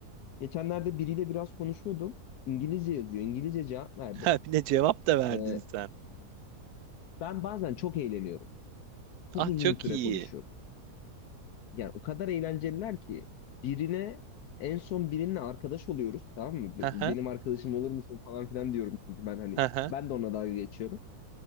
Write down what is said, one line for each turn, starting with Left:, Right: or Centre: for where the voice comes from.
Left: Geçenlerde biriyle biraz konuşuyordum. İngilizce yazıyor. İngilizce cevap verdim.
Right: Ha, bir de cevap da verdin
Left: E,
Right: sen.
Left: ben bazen çok eğleniyorum. Çok
Right: Ah
Left: uzun
Right: çok
Left: süre
Right: iyi.
Left: konuşuyorum. yani o kadar eğlenceliler ki birine en son birinle arkadaş oluyoruz tamam mı?
Right: Hı
Left: B- Benim
Right: hı,
Left: arkadaşım olur musun falan filan diyorum çünkü ben hani
Right: hı hı.
Left: ben de ona dalga geçiyorum.